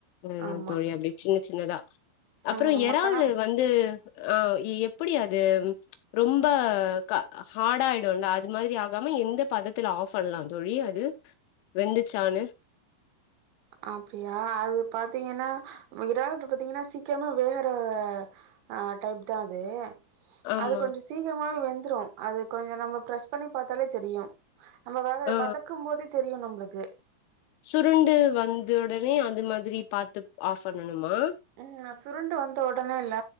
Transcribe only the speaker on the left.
ம் அதுதா
தோழி அப்டி சின்ன சின்னதா அப்புறோ
இறால்
வந்து ஆ எப்பிடி அது ரொம்ப கா ஹார்டாயிடும்ல அது மாதிரி ஆகாம எந்த பதத்துல ஆஃப் பண்ணலா தோழி அது வெந்துச்சானு
ஆமா
ஆ
சுருண்டு வந்த ஒடனே அது மாதிரி பாத்து ஆஃப் பண்ணனுமா